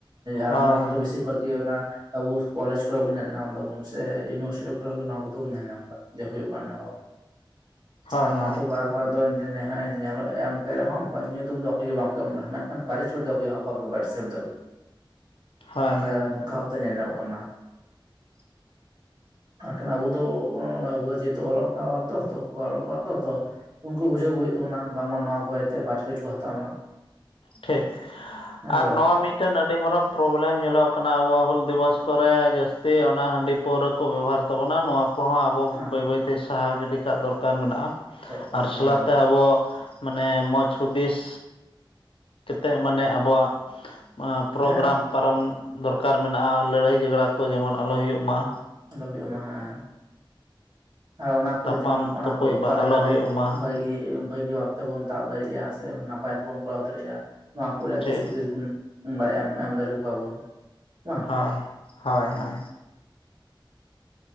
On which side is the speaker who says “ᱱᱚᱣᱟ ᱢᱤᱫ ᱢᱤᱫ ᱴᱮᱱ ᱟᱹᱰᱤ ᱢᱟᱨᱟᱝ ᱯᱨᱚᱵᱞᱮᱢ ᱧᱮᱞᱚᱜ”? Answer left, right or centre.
Left